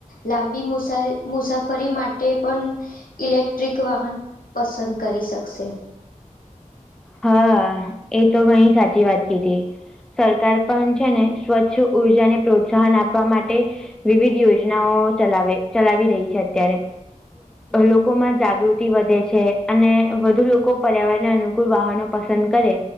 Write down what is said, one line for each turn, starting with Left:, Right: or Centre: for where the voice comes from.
Left: લાંબી મુસા મુસાફરી માટે પણ ઇલેક્ટ્રિક વાહન પસંદ કરી શકશે
Centre: હા એ તો ઘણી સાચી વાત કીધી સરકાર પણ છે ને સ્વચ્છ ઉર્જાને પ્રોત્સાહન આપવા માટે વિવિધ યોજનાઓ ચલાવે ચલાવી રહી છે અત્યારે લોકોમાં જાગૃતિ વધે છે અને વધુ લોકો પર્યાવરણને અનુ વાહનો પસંદ કરે